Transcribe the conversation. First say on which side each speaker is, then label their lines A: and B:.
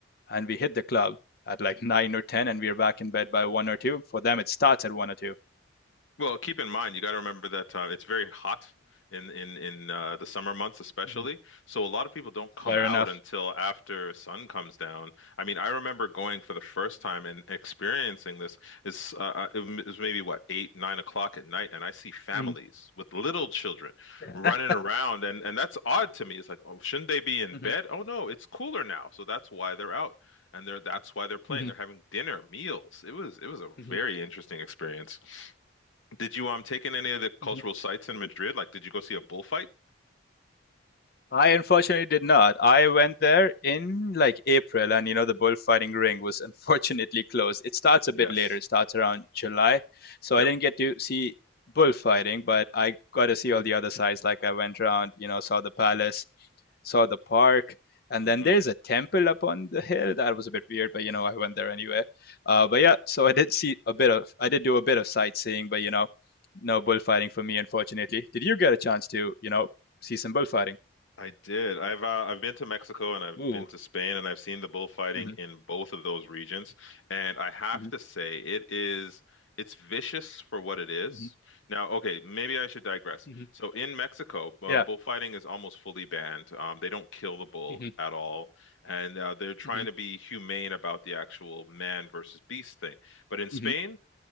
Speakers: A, on the left (about 50°); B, on the left (about 75°).
A: and we hit the club at like nine or ten, and we are back in bed by one or two. For them, it starts at one or 2
B: Well, keep in mind, you got to remember that uh, it's very hot in in in uh, the summer months, especially.
A: Mhm.
B: So a lot of people don't come
A: Fair
B: out
A: enough.
B: until after sun comes down. I mean, I remember going for the first time and experiencing this. It's uh, it m- it was maybe what eight, nine o'clock at night, and I see families
A: Mhm.
B: with little children
A: Yeah.
B: running around, and and that's odd to me. It's like, oh, shouldn't they be in
A: Mhm.
B: bed? Oh no, it's cooler now, so that's why they're out, and they're that's why they're playing.
A: Mhm.
B: They're having dinner meals. It was it was a
A: Mhm.
B: very interesting experience. Did you um take in any of the cultural
A: Mhm.
B: sites in Madrid? Like, did you go see a bullfight?
A: I unfortunately did not. I went there in like April, and you know, the bullfighting ring was <laughs> unfortunately closed. It starts a
B: Yes.
A: bit later, it starts around July. So
B: Yep.
A: I didn't get to see bullfighting, but I got to see all the other sides. Like I went around, you know, saw the palace, saw the park, and
B: hmm
A: then there's a temple up on the hill. That was a bit weird, but you know, I went there anyway. Uh, but yeah, so I did see a bit of, I did do a bit of sightseeing, but you know, no bullfighting for me, unfortunately. Did you get a chance to, you know, see some bullfighting?
B: I did. I've uh, I've been to Mexico and I've
A: Ooh.
B: been to Spain and I've seen the bullfighting
A: hmm
B: in both of those regions. And I have
A: hmm
B: to say, it is it's vicious for what it is.
A: hmm
B: Now, okay, maybe I should digress.
A: hmm
B: So in Mexico, uh,
A: Yeah.
B: bullfighting is almost fully banned. Um, they don't kill the bull
A: hmm
B: at all, and uh, they're trying
A: hmm
B: to be humane about the actual man versus beast thing. But in Spain,
A: hmm